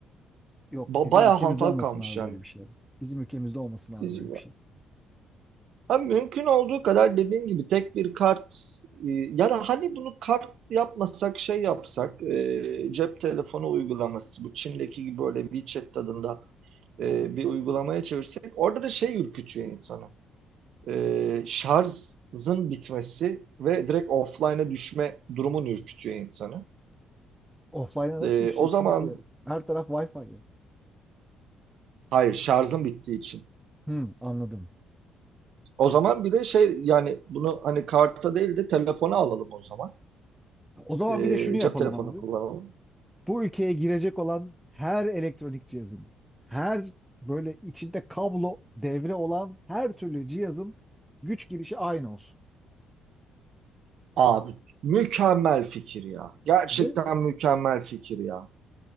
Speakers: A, in the centre; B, on the right.
A: Yok
B: Ba
A: bizim
B: bayağı
A: ülkemizde
B: hantal
A: olmasın
B: kalmış
A: abi
B: yani.
A: böyle bir şey. Bizim ülkemizde olmasın abi
B: Biz
A: böyle bir şey.
B: Ha, mümkün olduğu kadar dediğim gibi tek bir kart e, ya da hani bunu kart yapmasak şey yapsak e, cep telefonu uygulaması bu Çin'deki gibi böyle WeChat tadında e, bir uygulamaya çevirsek orada da şey ürkütüyor insanı. E, şarjın bitmesi ve direkt offline'a düşme durumun ürkütüyor insanı.
A: Offline'a nasıl
B: E,
A: düşeceksin
B: o zaman
A: abi? Her taraf Wi-Fi ya.
B: hayır şarjın bittiği için.
A: Hmm, anladım.
B: O zaman bir de şey yani bunu hani karta değil de telefona alalım o zaman.
A: O zaman
B: E,
A: bir de şunu yapalım
B: cep telefonu
A: abi.
B: kullanalım.
A: Bu ülkeye girecek olan her elektronik cihazın, her böyle içinde kablo devre olan her türlü cihazın güç girişi aynı olsun.
B: Abi mükemmel fikir ya. Gerçekten
A: Değil mi?
B: mükemmel fikir ya.